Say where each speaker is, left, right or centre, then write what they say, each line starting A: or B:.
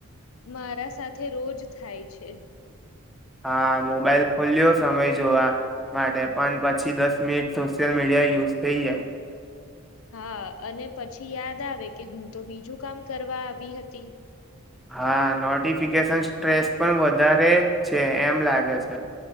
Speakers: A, on the left; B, in the centre.
A: મારા સાથે રોજ થાય છે
B: હા મોબાઈલ ખોલ્યો સમય જોવા માટે પણ પછી દસ મિનિટ સોશિયલ મીડિયા યુઝ થઈ એ
A: હા અને પછી યાદ આવે કે હું તો બીજું કામ કરવા આવી હતી
B: હા નોટિફિકેશન સ્ટ્રેસ પણ વધારે છે એમ લાગે છે